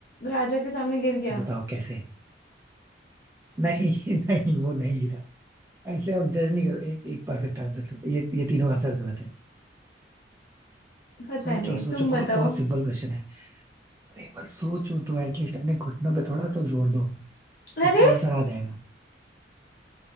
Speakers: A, on the left (about 50°); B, on the right (about 15°).
A: राजा के सामने गिर गया
B: बताओ कैसे नहीं <laughs> नहीं वो नहीं गिरा ऐसे हम जज नहीं करो एक एक परफेक्ट आंसर ये ये तीनों आंसर्स गलत है
A: पता
B: सोचो
A: नहीं
B: सोचो
A: तुम बताओ
B: बहुत बहुत सिंपल क्वेश्चन है अरे पर सोचो तो एटलीस्ट अपने घुटनों पे थोड़ा तो जोर दो आपको
A: अरे
B: आंसर आ जाएगा